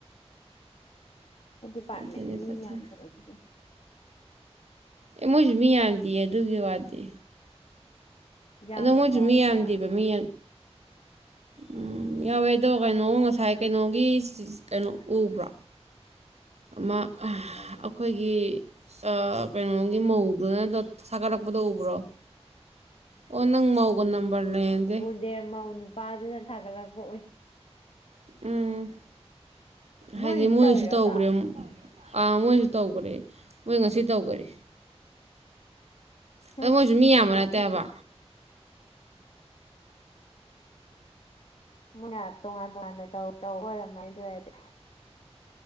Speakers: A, on the left (about 60°); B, on the right (about 75°).
A: ꯈꫭꯏ ꯗꯤꯄꯥꯔꯠꯃꯦꯟ
B: ꯑꯗꯨꯅꯤ
A: ꯃꯤ
B: ꯐꯠꯇꯅꯤ
A: ꯌꯥꯝꯗꯕꯒꯤꯁꯨ
B: ꯑꯦ ꯃꯣꯏꯁꯨ ꯃꯤ ꯌꯥꯝꯗꯤꯌꯦ ꯑꯗꯨꯒꯤ ꯋꯥꯗꯤ
A: ꯌꯥꯝꯕꯁꯨ
B: ꯑꯗꯣ ꯃꯣꯏꯁꯨ
A: ꯌꯥꯎꯋꯤꯗꯅ
B: ꯃꯤ ꯌꯥꯝꯗꯦꯕ ꯃꯤ ꯎꯝ ꯌꯥꯎꯋꯦ ꯑꯗꯣ ꯀꯩꯅꯣ ꯉꯁꯥꯏ ꯀꯩꯅꯣꯒꯤ ꯀꯩꯅꯣ ꯎꯕ꯭ꯔꯣ ꯑꯃ
A: ꯀꯔꯤ
B: ꯑꯩꯈꯣꯏꯒꯤ ꯑꯥ ꯀꯩꯅꯣꯒꯤ ꯃꯧꯗꯨꯅ ꯊꯒꯠꯂꯛꯄꯗꯣ ꯎꯕ꯭ꯔꯣ ꯑꯣ ꯅꯪ ꯃꯧꯒ ꯅꯝꯕꯔ ꯂꯩꯅꯗꯦ
A: ꯗꯦ ꯃꯧ ꯅꯨꯄꯥꯗꯨꯅ ꯊꯥꯒꯠꯂꯛꯄ ꯎꯏ
B: ꯎꯝ ꯍꯥꯏꯗꯤ
A: ꯃꯣꯏꯒꯤꯁꯨ
B: ꯃꯣꯏꯁꯨ
A: ꯇꯧꯋꯤꯔꯣ
B: ꯇꯧꯒ꯭ꯔꯦꯝ
A: ꯑꯗꯣ
B: ꯑꯥ ꯃꯣꯏꯖꯨ ꯇꯧꯒ꯭ꯔꯦ ꯃꯣꯏ ꯉꯁꯤ
A: ꯑꯣ
B: ꯇꯧꯒ꯭ꯔꯦ
A: ꯍꯝ
B: ꯑꯗꯣ ꯃꯣꯏꯖꯨ ꯃꯤ ꯌꯥꯝꯕ
A: ꯅꯣꯛꯅꯤꯡ
B: ꯅꯠꯇꯦ ꯍꯥꯏꯕ
A: ꯃꯣꯏꯅ ꯇꯣꯉꯥꯟ ꯇꯣꯉꯥꯟꯅ ꯇꯧ ꯇꯧ ꯑꯣꯏꯔꯝꯃꯅꯤ ꯑꯗꯨ ꯑꯣꯏꯔꯗꯤ